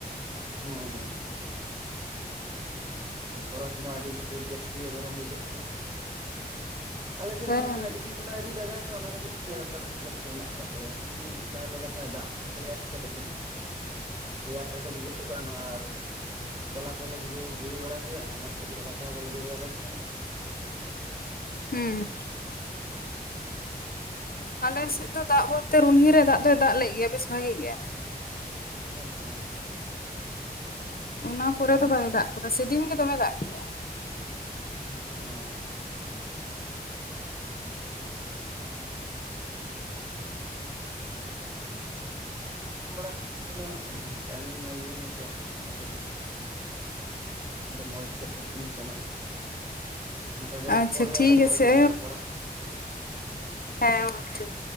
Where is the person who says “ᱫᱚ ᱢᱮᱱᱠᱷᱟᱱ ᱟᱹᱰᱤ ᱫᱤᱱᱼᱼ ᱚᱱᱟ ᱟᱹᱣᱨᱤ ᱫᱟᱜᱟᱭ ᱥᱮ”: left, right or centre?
Right